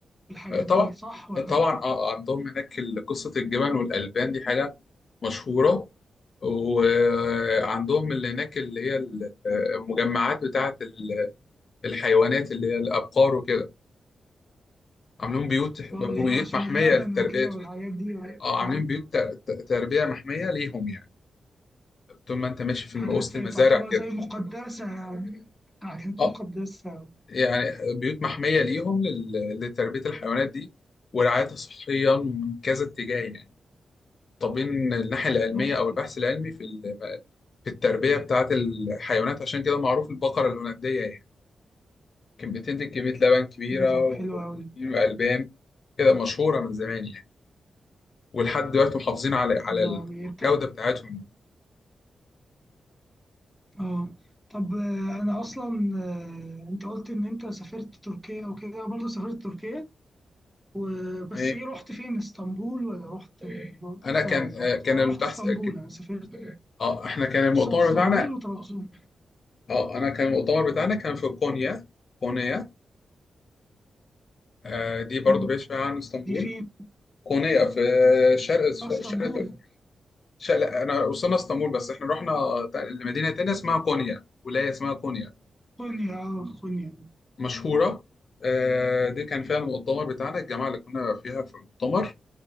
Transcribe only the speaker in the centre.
والحاجات دي
صح ولا
آه، اللي هي عشان
اللبن
وكده والحاجات دي آه،
آه،
حاجات
تعتبر
زي مقدسه يعني حاجات
مقدسه
اه
طب
ايه طب
حلو قوي
حلو قوي انت
اه طب آه، انا اصلا آه، انت قلت ان انت سافرت تركيا وكده برضه سافرت تركيا وبس
ايه رحت فين اسطنبول ولا رحت بورصة
ولا
رحت
انا
رحت اسطنبول
انا سافرت
بورصة واسطنبول
وطرابزون
م،
دي فين
آه، اسطنبول
خنيا اه خنيا